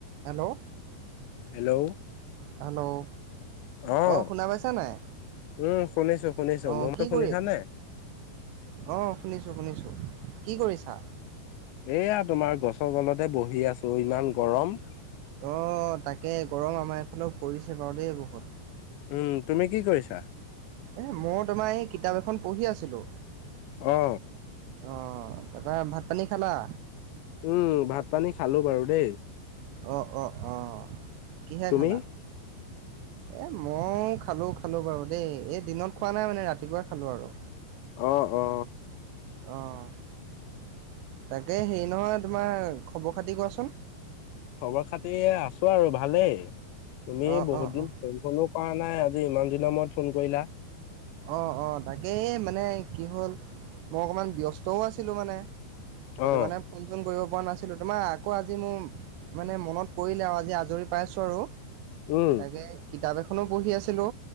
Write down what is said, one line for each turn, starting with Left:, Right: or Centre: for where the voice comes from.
Right: Hello
Left: hello
Right: hello
Left: অঁ
Right: অ শুনা পাইছা নাই
Left: উম শুনিছো শুনিছো
Right: অঁ
Left: মোৰ মাতো
Right: কি
Left: শুনিছা
Right: কৰি
Left: নে?
Right: অ শুনিছো শুনিছো কি কৰিছা
Left: এয়া তোমাৰ গছৰ তলতে বহি আছো ইমান গৰম
Right: অঁ তাকে গৰম আমাৰ এইফালেও পৰিছে বাৰু দেই বহুত
Left: উম তুমি কি কৰিছা
Right: এ মই তোমাৰ এই কিতাপ এখন পঢ়ি আছিলোঁ
Left: অ
Right: অ তাৰ পা ভাত পানী খালা
Left: উম ভাত পানী খালো বাৰু দেই
Right: অ অ অ কিহে
Left: তুমি?
Right: খালা এই মই খালোঁ খালোঁ বাৰু দেই এই দিনত খোৱা নাই মানে ৰাতিপুৱাই খালোঁ আৰু
Left: অ অ
Right: অঁ তাকে হেৰি নহয় তোমাৰ খবৰ খাতি কোৱাচোন
Left: খবৰ খাতি আছো আৰু ভালেই তুমি
Right: অঁ
Left: বহুত
Right: অঁ
Left: দিন
Right: অঁ
Left: ফোন চনো কৰা নাই আজি ইমান দিনৰ মূৰত ফোন কৰিলা
Right: অঁ অঁ তাকে এই মানে কি হ'ল মই অকণমান ব্যস্তও আছিলোঁ মানে সেইটো
Left: অঁ
Right: কাৰণে ফোন চোন কৰিব পৰা নাছিলো তোমাৰ আকৌ আজি মোৰ মানে মনত পৰিলে আৰু আজি আজৰি পাইছো আৰু
Left: উম
Right: তাকে কিতাপ এখনো পঢ়ি আছিলো